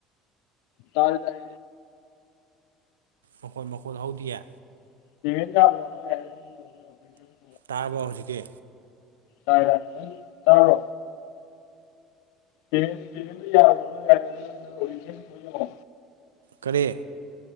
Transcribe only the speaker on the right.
ꯃꯈꯣꯏꯠ ꯃꯈꯣꯠ ꯍꯧꯗꯤꯑ
ꯇꯥꯔꯕꯣ ꯍꯧꯖꯤꯛꯀꯤ
ꯀꯔꯤꯦ